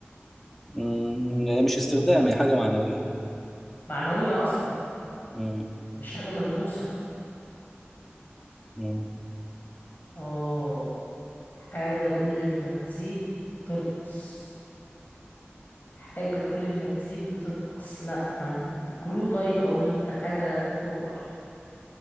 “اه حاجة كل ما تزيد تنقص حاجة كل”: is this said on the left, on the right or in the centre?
Left